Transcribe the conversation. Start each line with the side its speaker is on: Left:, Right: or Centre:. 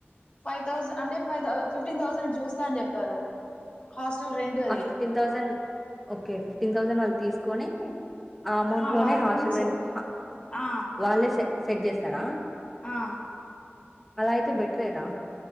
Left: ఫై తౌజెన్ అంటే ఫిఫ్టీన్ తౌజెన్ చు ఇస్తా అని చెప్పారు హాస్టల్ రెంట్ అది
Centre: ఆ fifteen thousand okay fifteen thousand వ తీసుకొన్ని ఆ అమౌంట్ లోనే
Left: వాళ్ళ
Centre: హాస్టల్
Left: రూమ్స్
Centre: రెంట్ ప
Left: ఆ
Centre: వాళ్ళే స సెట్ చేస్తారా
Left: ఆ
Centre: అలా అయితే బెటరే రా